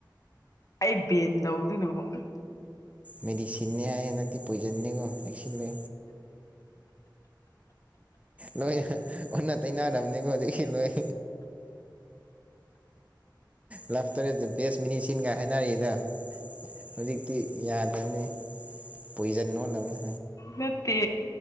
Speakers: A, on the left (about 45°); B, on the right (about 20°).
A: ꯑꯩ ꯕꯦꯟ ꯇꯧꯗꯅꯀꯣ
B: ꯃꯦꯗꯤ ꯁꯤꯅꯦ ꯍꯥꯏꯅ ꯍꯥꯅꯥꯛꯇꯤ ꯄꯣꯏ ꯖꯟꯅꯤꯀꯣ ꯄꯩꯁꯦꯂꯦ ꯂꯣꯏꯅ ꯑꯣꯟꯅ ꯇꯩꯅꯥꯔꯕꯅꯤꯀꯣ ꯑꯗꯒꯤ ꯂꯣꯏ ꯂꯞꯇꯔꯦꯁ ꯕꯦꯁ ꯃꯤꯅꯤ ꯁꯤꯟꯒ ꯍꯥꯏꯅꯔꯤꯗꯣ ꯍꯧꯖꯤꯛꯇꯤ ꯌꯥꯗꯕꯅꯤ ꯄꯣꯏꯖꯟ ꯑꯣꯅꯕꯅꯤ
A: ꯅꯇꯦ